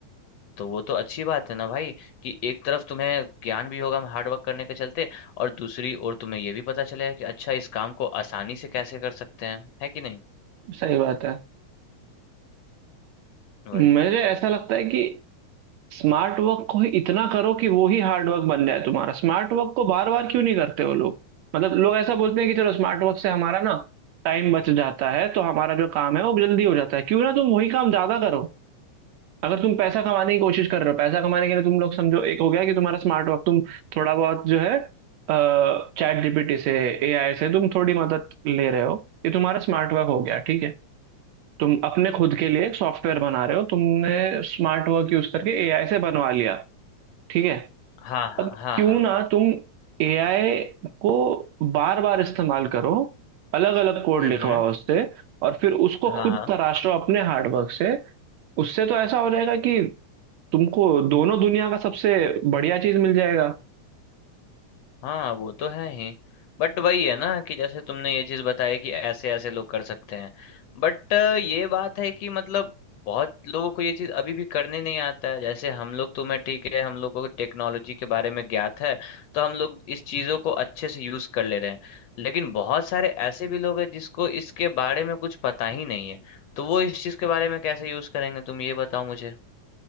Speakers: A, on the left; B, on the right.
A: तो वो तो अच्छी बात है ना भाई कि एक तरफ तुम्हें ज्ञान भी होगा हार्ड वर्क करने के चलते और दूसरी ओर तुम्हें ये भी पता चलेगा कि अच्छा इस काम को आसानी से कैसे कर सकते हैं है कि नहीं
B: सही बात है
A: वही
B: मुझे
A: है
B: ऐसा लगता है कि स्मार्ट वर्क को ही इतना करो कि वो ही हार्ड वर्क बन जाए तुम्हारा स्मार्ट वर्क को बार बार क्यों नहीं करते वो लोग मतलब लोग ऐसा बोलते हैं कि चलो स्मार्ट वर्क से हमारा ना टाइम बच जाता है तो हमारा जो काम है वो जल्दी हो जाता है क्यों ना तुम वही काम ज्यादा करो अगर तुम पैसा कमाने की कोशिश कर रहे हो पैसा कमाने के लिए तुम लोग समझो एक हो गया कि तुम्हारा स्मार्ट वर्क तुम थोड़ा बहुत जो है चैट जीपीटी से एआई से तुम थोड़ी मदद ले रहे हो ये तुम्हारा स्मार्ट वर्क हो गया ठीक है तुम अपने खुद के लिए एक सॉफ्टवेयर बना रहे हो तुमने स्मार्ट वर्क यूज करके एआई से बनवा लिया ठीक है
A: हाँ हाँ
B: अब
A: हाँ
B: क्यों
A: हाँ
B: ना तुम एआई को बार बार इस्तेमाल करो अलग अलग कोड
A: हम्म
B: लिखवाओ
A: हम्म
B: उससे और फिर उसको
A: हाँ
B: खुद
A: हाँ
B: तराशो अपने हार्डवर्क से उससे तो ऐसा हो जाएगा कि तुमको दोनों दुनिया का सबसे बढ़िया चीज मिल जाएगा
A: हाँ वो तो है ही बट वही है ना कि जैसे तुमने ये चीज बताई कि ऐसे ऐसे लोग कर सकते हैं बट ये बात है कि मतलब बहुत लोगों को ये चीज अभी भी करने नहीं आता है जैसे हम लोग तो मैं ठीक है हम लोग को टेक्नोलॉजी के बारे में ज्ञात है तो हम लोग इस चीजों को अच्छे से यूज कर ले रहे हैं लेकिन बहुत सारे ऐसे भी लोग हैं जिसको इसके बारे में कुछ पता ही नहीं है तो वो इस चीज के बारे में कैसे यूज करेंगे तुम ये बताओ मुझे